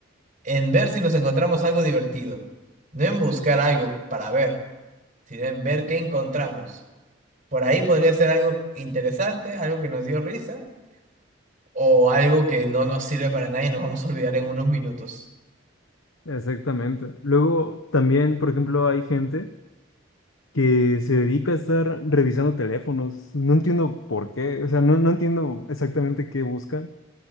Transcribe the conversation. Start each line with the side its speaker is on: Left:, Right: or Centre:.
Right: en ver si nos encontramos algo divertido. No en buscar algo para ver, sino en ver qué encontramos. Por ahí podría ser algo interesante, algo que nos dio risa o algo que no nos sirve para nada y nos vamos a olvidar en unos minutos.
Left: Exactamente. Luego también, por ejemplo, hay gente que se dedica a estar revisando teléfonos. No entiendo por qué, o sea, no, no entiendo exactamente qué buscan.